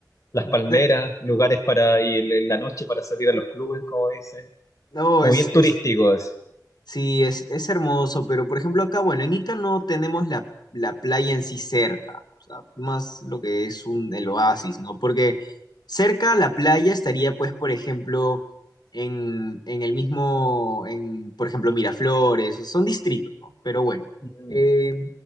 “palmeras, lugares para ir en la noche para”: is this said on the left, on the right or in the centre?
Left